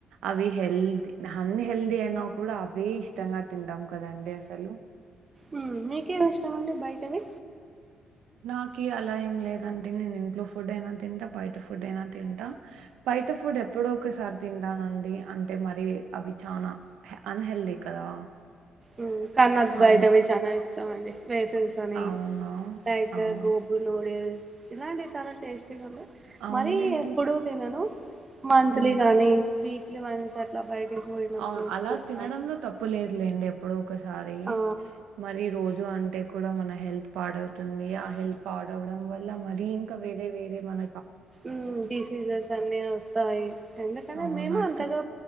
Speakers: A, on the right (about 85°); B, on the right (about 30°).
A: అవి హెల్దీ అన్ని హెల్దీ అయినా కూడా అవి ఇష్టంగా తింటం కదండి అండే అసలు
B: ఉ మీకు ఏం ఇష్టం అండి బయటవి
A: నాకి అలా ఏం లేదు అండి నేను ఇంట్లో ఫుడ్ అయినా తింటా బయట ఫుడ్ అయినా తింటా బయట ఫుడ్ ఎప్పుడో ఒకసారి తింటానండి అంటే మరి అవి చానా అన్ హెల్తి కదా
B: ఉ కన్నకు బయటవి
A: అన్
B: చానా ఇష్టం అండి వేఫల్సల్ అని
A: అవునా?
B: టైకా
A: అవును.
B: గోబు నూడిల్స్ ఇలాంటివి చాలా టేస్టీగా ఉండే
A: అవునులేండి.
B: మరీ ఎప్పుడు తినను మంత్లీ
A: హ్మ్.
B: గానీ వీక్లీ వన్స్ అట్లా బయటికి పోయినప్పుడు
A: అవును అలా
B: తింటాం
A: తినడంలో తప్పు లేదులేండి ఎప్పుడో ఒకసారి
B: ఆ
A: మరి రోజు అం టే కూడా మన హెల్త్ పాడవుతుంది ఆ హెల్త్ పాడు అవ్వడం వల్ల మరి ఇంకా వేరే వేరే మన
B: ఉ డిసీజెస్ అన్ని వస్తాయి ఎందుకనే
A: అవునట్లే
B: మేము అంతగా